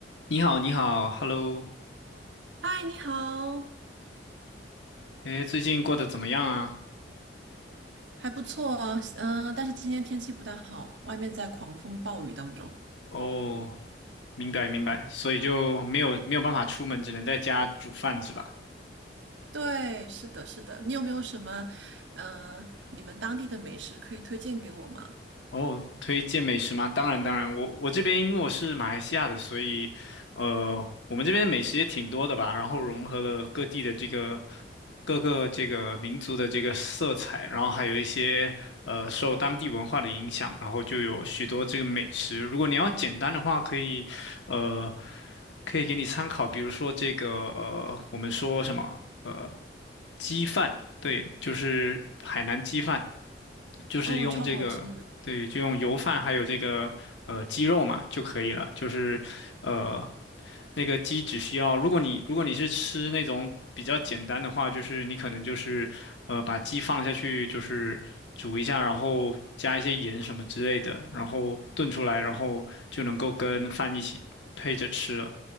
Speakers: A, on the left (about 85°); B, on the right (about 85°).
A: 你好，你好，Hello，
B: 嗨，你好，
A: 诶，最近过得怎么样啊？
B: 还不错，嗯、但是今天天气不太好，外面在狂风暴雨当中。
A: 哦，明白明白，所以就没有没有办法出门，只能在家煮饭是吧？
B: 对，是的，是的，你有没有什么，呃，你们当地的美食可以推荐给我吗？
A: 哦，推荐美食吗？当然，当然，我我这边因为我是马来西亚的，所以，呃，我们这边美食也挺多的吧，然后融合了各地的这个各个这个民族的这个色彩，然后还有一些呃受当地文化的影响，然后就有许多这个美食。如果你要简单的话，可以，呃，可以给你参考，比如说这个呃，我们说什么呃鸡饭，对，就是海南鸡饭。就是用这个，
B: 哦，超好吃，
A: 对，就用油饭还有这个呃鸡肉嘛就可以了。就是呃那个鸡只需要，如果你如果你是吃那种比较简单的话，就是你可能就是呃把鸡放下去，就是煮一下，然后加一些盐什么之类的，然后炖出来，然后就能够跟饭一起配着吃了。